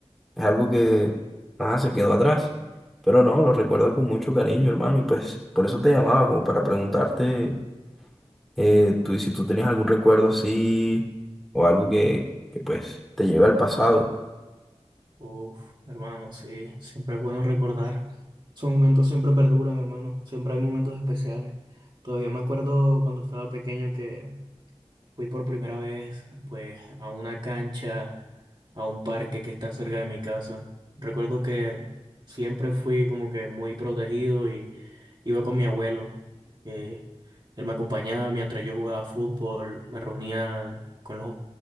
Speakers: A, in the centre; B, on the right (about 45°).
A: es algo que nada, se quedó atrás. Pero no, lo recuerdo con mucho cariño, hermano, y pues por eso te llamaba, como para preguntarte. eh, tú, si tú tenías algún recuerdo así o algo que, que pues te lleve al pasado.
B: Uf, hermano, sí, siempre es bueno recordar. Esos momentos siempre perduran, hermano. Siempre hay momentos especiales. Todavía me acuerdo cuando estaba pequeño que Fui por primera vez, pues, a una cancha, a un parque que está cerca de mi casa. Recuerdo que siempre fui como que muy protegido y iba con mi abuelo. eh, él me acompañaba mientras yo jugaba fútbol, me reunía con los